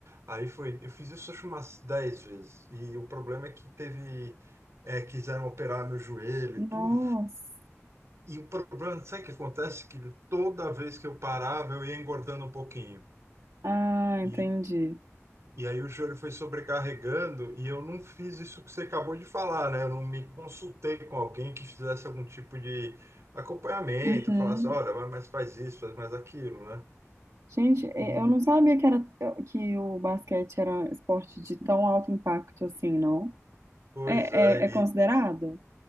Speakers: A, on the right; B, on the right.
A: Aí foi, eu fiz isso acho umas 10 vezes. E o problema é que teve, é, quiseram operar meu joelho
B: nossa.
A: e tudo. E o problema, não sei o que acontece, que toda vez que eu parava, eu ia engordando um pouquinho.
B: Ah,
A: E,
B: entendi.
A: e aí o joelho foi sobrecarregando e eu não fiz isso que você acabou de falar, né? Eu não me consultei com alguém que fizesse algum tipo de acompanhamento,
B: Uhum.
A: falasse, olha, vai- mas faz isso, faz mais aquilo, né?
B: Gente, eh,
A: E,
B: eu não sabia que era que o basquete era um esporte de tão alto impacto assim, não?
A: pois
B: É,
A: é, ele...
B: é, é considerado?